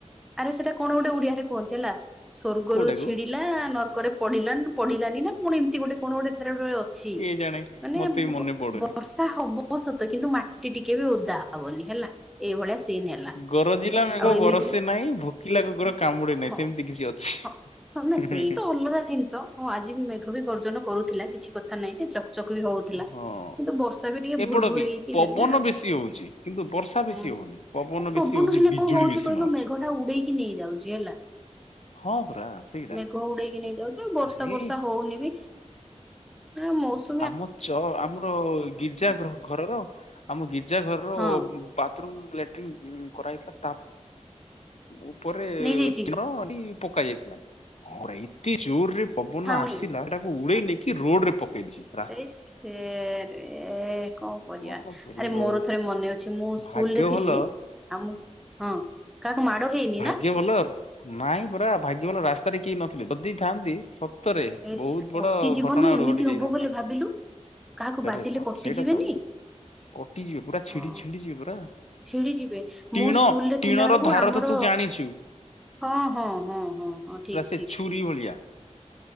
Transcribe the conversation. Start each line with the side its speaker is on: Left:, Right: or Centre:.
Centre: ଆରେ ସେଟା କଣ ଗୋଟେ ଓଡିଆରେ କୁହନ୍ତି ହେଲା, ସ୍ଵର୍ଗ
Left: କୋଉଟାକୁ
Centre: ରୁ ଛି ଲା ନର୍କରେ ପଡିଲାନ ପଡିଲାନି ନା କଣ ଏମିତି ଗୋଟେ କଣ ଗୋଟେ ତାର ଗୋଟେ ଅ ଛି
Left: କିଏ ଜାଣେ
Centre: ମାନେ
Left: ମତେ ବି
Centre: ବୁଗ
Left: ମନେ ପଡୁନି।
Centre: ବର୍ଷ ଷା ହବ ସତ କିନ୍ତୁ ମାଟି ଟିକେ ବି ଓଦା ହବନି ହେଲା। ଏଇଭଳିଆ ସିନ୍ <inaudible>
Left: ଗରଜିଲା ମେଘ
Centre: ଆଉ ଏମିତିରେ
Left: ବରଷେ ନାଇଁ ଭୋକିଲା କୁକୁର କାମୁଡି ନାହିଁ
Centre: ହଁ
Left: ସେମିତି କିଛି ଅଛି। ହୁଁ,
Centre: ହଁ। ହଁ ନାଇଁ
Left: ହୁଁ।
Centre: <inaudible> ଜିନିଷ ହଁ ଆଜି ମେଘ ବି ଗର୍ଜନ କରୁଥିଲା କିଛି କଥା ନାଇଁ ଯେ। ଚକ୍ ଚକ୍ ବି ହଉଥିଲା,
Left: ହୁଁ ହୁଁ।
Centre: କିନ୍ତୁ ବର୍ଷା ବି ଟିକେ
Left: ଏପଟ
Centre: ଭୁଡୁଭୁରୁ
Left: ବି
Centre: ହେଇକି
Left: ପବନ
Centre: ହେଲା।
Left: ବେଶୀ ହଉଛି କିନ୍ତୁ ବର୍ଷା
Centre: ଅଁ,
Left: ବେଶୀ
Centre: ହଁ
Left: ହଉନି
Centre: ଆରେ
Left: ବେଶୀ
Centre: ପବନ
Left: ହଉଛି
Centre: ହେଲେ
Left: ବିଜୁଳି
Centre: କଣ ହଉଛି
Left: ବେଶୀ
Centre: କହିଲୁ
Left: ମାରୁଛି।
Centre: ମେଘଟା ଉଡେଇକି ନେଇଯାଉ ବୁଝିହେଲା?
Left: ହଁ ପରା ସେଇଟା
Centre: ମେଘ ଉଡେଇକି ନେଇଯାଉଛି ଆଉ ବର୍ଷା
Left: ଆରେ
Centre: ଫର୍ଷା ହୋଉ ହୋଉନିବି ଆ, ମୌସୁ
Left: ଆମ ଚ- ଆମର ଗିର୍ଜା ଗ୍ରହ ଘରର ଆମ ଗିର୍ଜା ଘରର
Centre: ହଁ
Left: ବା ଥ୍ରୁମ୍ ଲେଟିନ୍ ଉଁ, କରାହେଇଥିଲା। ତା ଉପରେ
Centre: ନେଇଯାଇଛି
Left: <inaudible> ପକା ଯାଇଥିଲା, ହଁ ରେ ଏତେ ଜୋରରେ ପବନ
Centre: ଠାଉଣି
Left: ଆସିଲା ସେଟାକୁ ଉଡେଇ ନେଇକି ରୋଡ୍ ରେ ପକେଇଛି।
Centre: ଏଇ ସେ ରେ କଁ କରିଆ?
Left: କଣ କରିବୁ
Centre: ଆରେ ମୋର
Left: ଆଉ
Centre: ଥରେ ମନେ ଅଛି ମୁଁ
Left: ଭାଗ୍ୟ
Centre: ସ୍କୁଲରେ ଥିଲି
Left: ଭଲ
Centre: ଆମକୁ ହଁ କାହାକୁ ମାଡ଼ ହେଇନି ନା?
Left: ଭାଗ୍ୟ ଭଲ ନାଇଁ ପରା ଭାଗ୍ୟ ଭଲ ରାସ୍ତାରେ କେହି ନଥିଲେ ଯଦି ଥାଆନ୍ତି ସତରେ
Centre: ଏସ୍
Left: ବହୁତ ବଡ
Centre: କଟି ଯିବନି
Left: ଘଟଣା
Centre: ଏମିତି
Left: ଗୋଟେ ଘଟି
Centre: ହବ
Left: ଯାଇଥାନ୍ତା
Centre: ବୋଲି ଭାବିଲୁ। କାହାକୁ
Left: ଆରେ
Centre: ବାଜିଲେ
Left: ବାପ
Centre: କଟିଯିବେନି।
Left: ସେଇଟା ତ କଟିଯିବେ ପୁରା ଛିଡି
Centre: ହଁ
Left: ଛିଣ୍ଡି ଯିବେ ପୁରା
Centre: ଛିଡ଼ି ଯିବେ
Left: ଟିଣ
Centre: ମୁଁ ସ୍କୁଲ୍ ରେ
Left: ଟିଣର
Centre: ଥିଲା ବେଳକୁ
Left: ଧାର
Centre: ଆମର
Left: ତ ତୁ ଜାଣିଛୁ
Centre: ହଁ ହଁ ହଁ ହଁ ହଁ
Left: ପୁରା
Centre: ଠିକ୍
Left: ସେ
Centre: ଠିକ୍
Left: ଛୁରୀ
Centre: ଠିକ୍।
Left: ଭଳିଆ